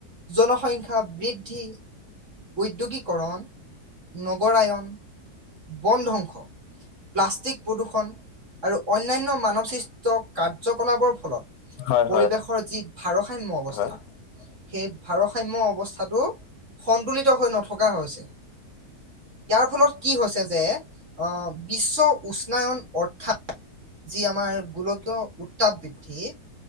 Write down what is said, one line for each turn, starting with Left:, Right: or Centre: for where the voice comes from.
Right: জনসংখ্যা বৃদ্ধি- উদ্যোগীকৰণ, নগৰায়ন বন ধ্বংস, প্লাষ্টিক, প্ৰদূৰষণ, আৰু অন্যান্য মানৱ সৃষ্ট কাৰ্যকলাপৰ ফলত
Left: হয়
Right: পৰিৱেশৰ
Left: হয়
Right: যি ভাৰসাম্য অৱস্থা
Left: হয়
Right: সেই ভাৰসাম্য অৱস্থাটো সন্তুলিত হৈ নথকা হৈছে। ইয়াৰ ফলত হৈছে যে আহ বিশ্ব উষ্ণায়ন অৰ্থাৎ যি আমাৰ- গলকীয় উত্তাপ বৃদ্ধি